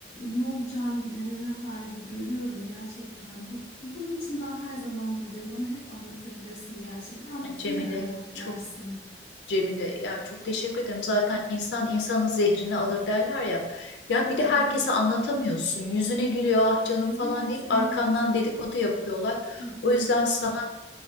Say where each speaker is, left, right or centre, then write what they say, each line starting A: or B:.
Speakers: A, on the left; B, on the left.
A: ne olacağını bilememe hali görüyorum gerçekten. Bu, bunun için ben her zaman buradayım. Bana hep anlatabilirsin gerçekten. Anlatınca
B: Cemile
A: da rahatlarsın.
B: çok Cemile ya çok teşekkür ederim. Zaten insan insanın zehrini alır derler ya. Ya bir
A: Hı
B: de herkese
A: hı.
B: anlatamıyorsun. Yüzüne gülüyor ah canım
A: Evet,
B: falan deyip
A: evet.
B: arkandan dedikodu yapıyorlar.
A: Hı hı.
B: O yüzden sana